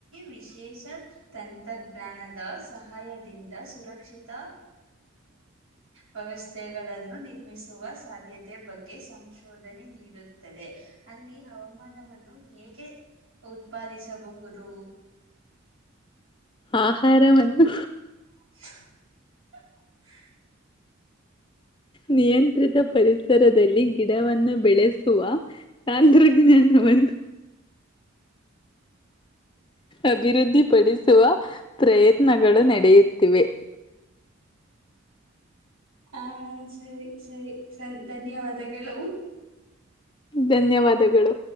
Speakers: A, on the right (about 85°); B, on the left (about 25°).
A: ವಿಶೇಷ ತಂತ್ರಜ್ಞಾನದ ಸಹಾಯದಿಂದ ಸುರಕ್ಷಿತ ವ್ಯವಸ್ಥೆಗಳನ್ನು ನಿರ್ಮಿಸುವ ಸಾಧ್ಯತೆ ಬಗ್ಗೆ ಸಂಶೋಧನೆ ನೀಡುತ್ತದೆ ಅಲ್ಲಿ ಹವಾಮಾನ ನ್ನು ಹೇಗೆ ಉತ್ಪಾದಿಸಬಹುದು
B: ಆಹಾರವನ್ನು
A: <inaudible>
B: ನಿಯ ಪರಿಸರದಲ್ಲಿ ಗಿಡವನ್ನು ಬೆಳೆಸುವ ತಾಂ ಜ್ಞಾನ ಬಂದು ಅಭಿವೃದ್ಧಿಪಡಿಸುವ ಪ್ರಯತ್ನಗಳು ನಡೆಯುತ್ತಿವೆ
A: ಹ ಸರಿ ಸರಿ ಸನ್ ಧನ್ಯವಾದ ಲವು
B: ಧನ್ಯವಾದಗಳು